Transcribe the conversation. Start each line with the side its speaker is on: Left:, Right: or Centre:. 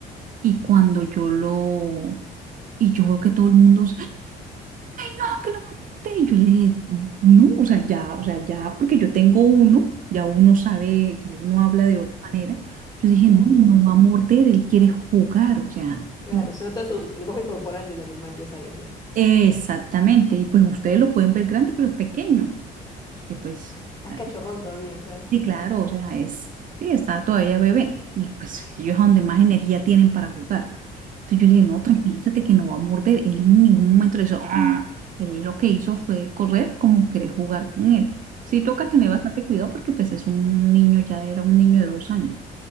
Right: Y cuando yo lo, y yo veo que todo el mundo "Ah, que lo apunté. Y yo le dije, no, o sea, ya, o sea, ya, porque yo tengo uno, ya uno sabe, ya uno habla de
Left: Claro,
Right: otra manera. Yo dije,
Left: claro,
Right: no, él
Left: claro.
Right: no va a morder, él quiere jugar, o sea,
Left: Claro,
Right: la-
Left: se nota su lenguaje corporal del animal, ya sabes, ya.
Right: exactamente. Y pues ustedes lo pueden ver grande, pero es pequeño, porque pues,
Left: Ay, Ah,
Right: o sea,
Left: es cachorrón todavía, ¿sabes?
Right: Sí,
Left: Mm,
Right: claro, o sea, es, sí, está todavía bebé y pues ellos es donde más energía tienen para jugar. Entonces yo le dije, no,
Left: Claro.
Right: tranquilízate que no va a morder. Él en ningún momento le hizo, "Ah". Él lo que hizo fue correr como querer jugar con él. Sí, toca tener bastante cuidado porque pues es un niño, ya era un niño de dos años.